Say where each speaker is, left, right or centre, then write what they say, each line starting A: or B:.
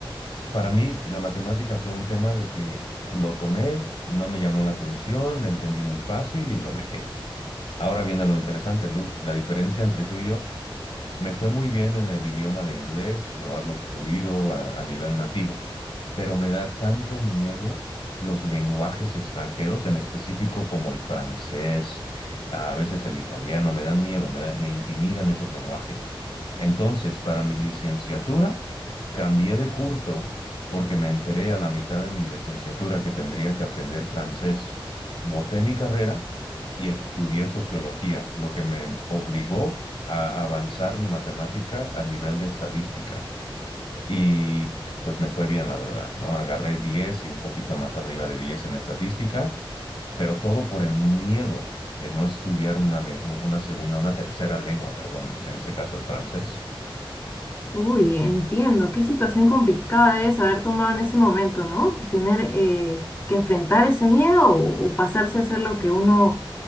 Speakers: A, on the left; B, on the left.
A: para mí la matemática fue un tema de que lo tomé, no me llamó la atención, le entendí muy fácil y lo dejé. Ahora viene lo interesante, Lu, la diferencia entre tú y yo. Me fue muy bien en el idioma de inglés, lo hablo fluido a, a nivel nativo, pero me da tanto miedo los lenguajes extranjeros, en específico como el francés, a veces el italiano, me dan miedo, me da- me intimidan esos lenguajes. Entonces, para mi licenciatura, cambié de curso porque me enteré a la mitad de mi licenciatura que tendría que aprender francés. Boté mi carrera y estudié sociología, lo que me obligó a avanzar mi matemática a nivel de estadística. Y pues me fue bien, la verdad, ¿no? Agarré 10 y un poquito más arriba de 10 en estadística, pero todo por el miedo de no estudiar una, le- una segunda, una tercera lengua, perdón, en este caso el francés.
B: Uy, entiendo, qué situación complicada debes haber tomado en ese momento, ¿no? Tener eh, que enfrentar ese miedo o, o pasarse a hacer lo que uno